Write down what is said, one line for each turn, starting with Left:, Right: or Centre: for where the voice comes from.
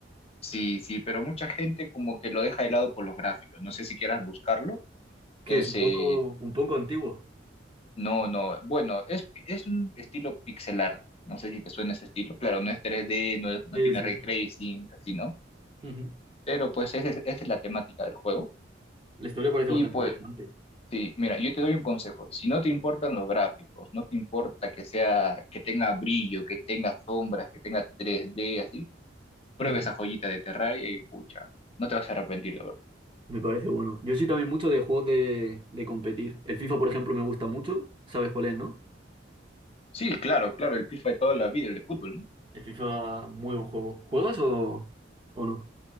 Left: Sí, sí, pero mucha gente como que lo deja de lado por los gráficos, no sé si quieras buscarlo,
Right: Que
Left: ese,
Right: es un poco, un poco antiguo.
Left: no, no, bueno, es, es un estilo pixel art, no sé si te suena ese estilo, claro, no es 3D, no, es- no
Right: Sí,
Left: tiene
Right: sí.
Left: ray tracing, así, ¿no?
Right: Ujú.
Left: Pero pues esa es, esa es la temática del juego.
Right: La historia parece
Left: Y
Right: bastante
Left: pues,
Right: interesante.
Left: sí, mira, yo te doy un consejo. Si no te importan los gráficos, no te importa que sea, que tenga brillo, que tenga sombras, que tenga 3D, así, prueba
Right: Ujú.
Left: esa joyita de Terraria y pucha, no te vas a arrepentir, la verdad.
Right: Me parece bueno. Yo soy también mucho de juegos de, de competir. El FIFA, por ejemplo, me gusta mucho. ¿Sabes cuál es, no?
Left: Sí, claro, claro, el FIFA de toda la vida, el de fútbol, ¿no?
Right: El FIFA, muy buen juego. ¿Juegas o, o no?